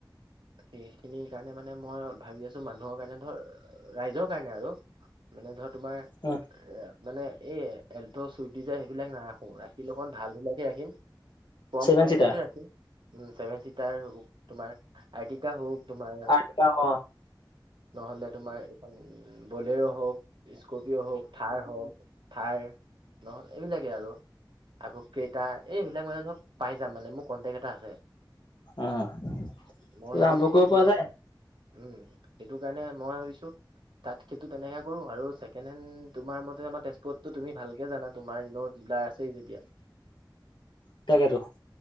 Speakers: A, on the right; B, on the left.
A: এইখিনি সেইকাৰণে মানে মই ভাবি আছো মানুহৰ কাৰণে ধৰ ৰাইজৰ কাৰণে আৰু মানে ধৰ তোমাৰ
B: উম।
A: এ মানে এই এল্ট, চুইফ্ট ডিজাৰ সেইবিলাক নাৰাখো ৰাখিল অকন ভালবিলাকে ৰাখিম। কম
B: ছেভেন
A: প্ৰাইজতে
B: চিটাৰ
A: ৰাখিম উম ছেভেন চিটাৰ হওঁক তোমাৰ আৰ্টিকা হওঁক। তোমাৰ
B: অ'
A: নহ'লে তোমাৰ এইখন বলেৰো হওঁক স্কপিঅ' হওঁক, থাৰ হওক থাৰ নহ'লে এইবিলাকেই আৰু। আকৌ কেইটা এইবিলাক মানে ধৰ পাই যাম মানে মোৰ কণ্টেক্ট এটা আছে।
B: অ এতিয়া
A: মই ভাবিছো
B: আৰম্ভ
A: কি
B: কৰিব
A: সেইটো
B: পৰা যায়।
A: উম সেইটো কাৰণে মই ভাবিছো তাত সেইটো তেনেকে কৰো আৰু ছেকেণ্ড হেণ্ড তোমাৰ মতে আমাৰ তেজপুৰতটো তুমি ভালকে জানা তোমাৰ এনেও ডিলাৰ আছে আছেই যেতিয়া।
B: তাকেটো।